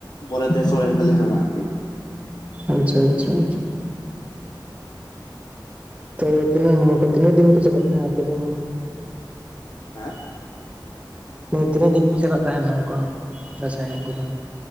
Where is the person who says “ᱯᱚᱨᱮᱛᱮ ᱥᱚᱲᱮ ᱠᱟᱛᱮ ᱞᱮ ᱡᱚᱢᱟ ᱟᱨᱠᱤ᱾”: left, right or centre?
Left